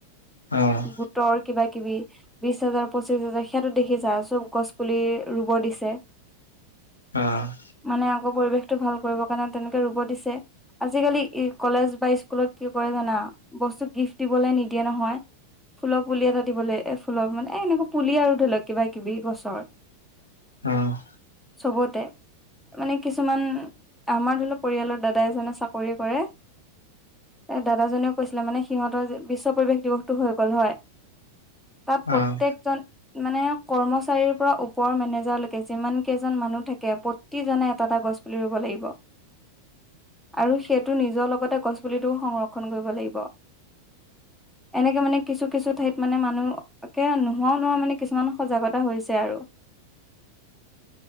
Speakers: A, on the left; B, in the centre.
A: অঁ'
B: গোটৰ কিবা- কিবি বিশ হাজাৰ-পঁচিশ হাজাৰ সেটো দেখিছো গছ পুলি ৰুব দিছে। <inaudible>
A: অঁ'
B: মানে আকৌ পৰিৱেশতটো ভাল কৰিব কাৰণে তেনেকে ৰুব দিছে। আজিকালি কলেজ বা স্কুলত কি কৰে জানা, বস্তু গিফ্ট দিবলৈ নিদিয়ে নহয়। ফুল পুলি এটাত- দিবলে এ ফুলত মানে এনেকা পুলি আৰু ধৰি লওক কিবা-কিবি গছৰ।
A: অঁ'
B: চবতে। মানে কিছুমান, আমাৰ ধৰি ল পৰিয়ালত দাদাই এজনে চাকৰি কৰে- এ দাদাজনে কৈছিলে মানে সিহঁতৰ যে বিশ্ব পৰিৱেশ দিৱসতটো হৈ গ'ল হয়- তাত প্ৰত্যেকজন-
A: অ',
B: মানে কৰ্মচাৰীৰ পৰা ওপৰৰ মেনেজাৰলৈকে যিমান কেইজন মানুহ থাকে পত- প্ৰতিজনে এটা এটা গছপুলি ৰুব লাগিব। আৰু সেইটো নিজৰ লগতে গছপুলিটোও সংৰ- ক্ষণ কৰিব লাগিব, এনেকে মানে কিছু কিছু ঠাইত- মানে মানুহ একে নোহোৱাও নোহোৱা মানে কিছুমানে সজাগতা হৈছে আৰু।